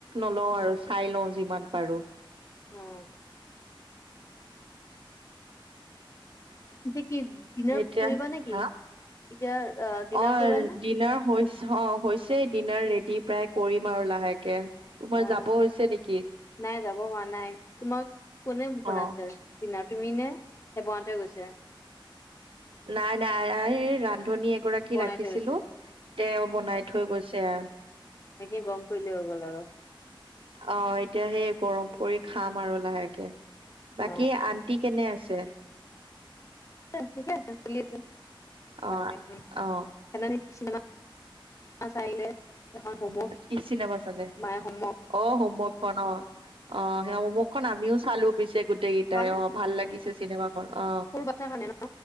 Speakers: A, on the right; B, on the left.
A: নলওঁ আৰু চাই লওঁ যিমান পাৰোঁ।
B: <inaudible> এতিয়া কি ডিনাৰ
A: এতিয়া
B: কৰিবা নেকি?
A: হা
B: এতিয়া আ-ডিনাৰ
A: অ
B: কৰিবা নে?
A: ডিনাৰ হৈছে অ' হৈছে ডিনাৰ ৰেডি প্ৰায় কৰিম আৰু লাহেকে। তোমাৰ
B: অ'
A: যাব হৈছে নেকি
B: নাই যাব হোৱা নাই, তোমাক কোনে বনাইছে
A: অ
B: ডিনাৰ তুমি নে? নে বৌহঁতে গৈছে?
A: নাই নাই <unintelligible> ৰান ন্ধনী এগৰাকী
B: বনাই
A: ৰাখিছিলোঁ।
B: থৈ গৈছে
A: তেওঁ বনাই থৈ গৈছে। <unintelligible>
B: বাকী গম কৰিলে হৈ গ'ল আৰু।
A: অ' এতিয়া সেই গৰম কৰি খাম আৰু লাহেকে। বাকী
B: অ
A: আন্তি কেনে আছে? ছে
B: আছে। ঠিকে আছে। চলি আছোঁ।
A: অ
B: ভাল কে। উম
A: অ
B: <unintelligible> চিনেমা বাছ আহিলে। এখন হোমৱৰ্ক
A: কি চিনেমা চালে?
B: মায়ে হোমৱৰ্ক
A: অ' হোমৱৰ্কখন অ' - অ' সেই হোমৱৰ্কখন আমিও চালোঁ পিছে গোটেই কেইটাই।
B: ভালনে
A: অ' ভাল লাগিছে কেনেকুৱা অ
B: সৰু বাচ্ছাৰ কাৰণে